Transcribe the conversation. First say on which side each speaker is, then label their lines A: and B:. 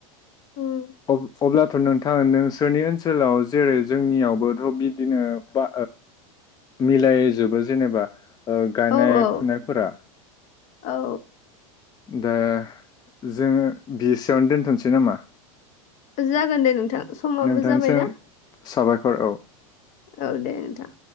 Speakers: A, on the left (about 40°); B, on the left (about 20°).
A: उम।
B: <inaudible> अब्ला थ' नोंथां नोंसोरनि ओनसोलाव जेरै जोंनियावबोथ' बिदिनो बा मिलायजोबो जेनेबा <unintelligible> ओ गायनाय
A: औ औ
B: फुनायफोरा
A: औ।
B: दा जोङो बिसेयावनो दोनथ'सै नामा?
A: जागोन दे नोंथां। समाबो
B: नोंथांनि
A: जाबायना
B: सायाव साबायखर औ
A: औ दे नोंथां